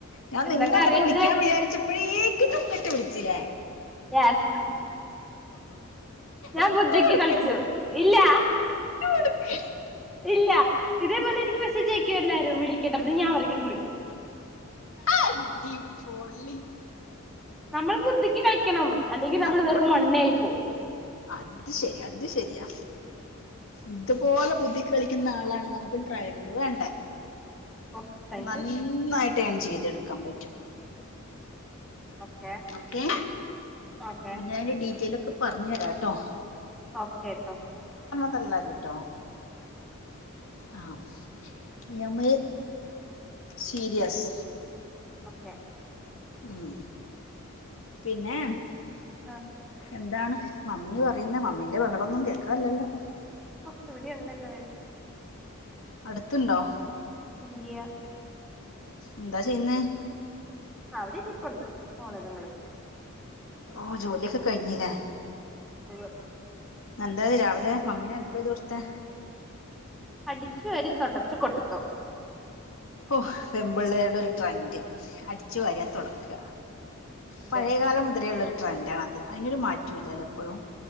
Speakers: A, on the left; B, in the centre.
A: ഞാൻ
B: എന്താ
A: നിന്നങ്ങട്ട്
B: കറി വെച്ചേ
A: വിളിക്കാ വിചാര്ച്ച് പ്പഴേക്കിനും ഇങ്ങിട്ട് വിളിച്ച് ലേ
B: യാസ് ഞാൻ
A: വിട്ട്
B: ബുദ്ധിക്ക്
A: കൊടുക്കരുത്
B: കൾച്ചു ഇല്ല
A: വിട്ട് കൊടുക്ക
B: ഇല്ല, ഇതേപോലെനിക്ക് മെസ്സേജയ്ക്ക്വെല്ലാരും വിളിക്കട്ടെ <unintelligible> ഞാൻ അവരക്കെട്ട് വിളിക്കും.
A: അഡ്ഡി പൊളി
B: നമ്മൾ ബുദ്ധിക്ക് കളിക്കണം അല്ലെങ്കി നമ്മള്
A: അതുകൊണ്ട്
B: വെറും മൊണ്ണെയി പോവും.
A: അത് ശെരി അത് ശെരിയാ. ഇതുപോലെ ബുദ്ധിക്ക് കളിക്കിന്ന ആളാണ് നമുക്ക് ട്രൈഡില് വേണ്ടേ.
B: ഓ താങ്ക്
A: നന്നായിട്ടേൺ
B: യു
A: ചെയ്തെടുക്കാൻ പറ്റും.
B: ഓക്കെ
A: ഓക്കെ,
B: ഓക്കെ
A: അപ്പൊ ഞാനൊരു ഡീറ്റേയ്ലൊക്കെ പർഞ്ഞെരാട്ടോ.
B: ഓക്കെട്ടോ.
A: വല്ലാതിട്ടോ ആഹ് ഇനി അമ്മെ സീരിയസ്.
B: ഓക്കെ.
A: ഉം പിന്നേ
B: ആ
A: ന്താണ് മമ്മി പറിന്നെ മമ്മിന്റെ ബഹളൊന്നും കേക്കാല്ലല്ലോ?
B: ഓ ഇവിടെയുണ്ടല്ലോ.
A: അട്ത്തിണ്ടോ?
B: ഇല്ല്യ
A: ഇന്താ ചെയ്യുന്നേ?
B: അവിടെരിപ്പൊണ്ട് ഫോണിലും കളി
A: ഓ ജോല്യൊക്കെ കഴിഞ്ഞ് ലേ
B: ഉവ്വ്
A: എന്തായ് രാവിലെ മമ്മീനെ ഹെല്പെയ്തൊട്ത്തെ?
B: അടിച്ച് വാരി തൊടച്ചു കൊടുത്തു.
A: ഓ പെമ്പിള്ളേരുടെ ഒരു ട്രൻഡ് അടിച്ചു വരാ തൊടക്ക.
B: അതെ
A: പഴേകാലം മുതലേള്ളൊരു ട്രെൻ്റാണത്. അയിനൊരു മാറ്റോല്ലലേപ്പഴും.